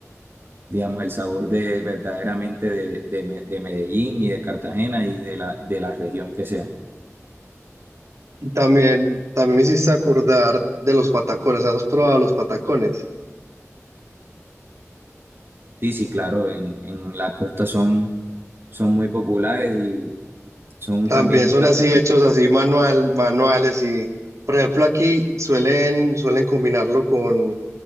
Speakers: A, on the right; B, on the right.
A: digamos, el sabor de verdaderamente de, de Me- de Medellín y de Cartagena y de la, de la región que sea.
B: Y también, también me hiciste acordar de los patacones, ¿has probado los patacones?
A: Sí, sí, claro, en, en la costa son, son muy populares y son
B: También
A: también un
B: son
A: plato
B: así
A: típico.
B: hechos así manual, manuales y... Por ejemplo, aquí suelen, suelen combinarlo con,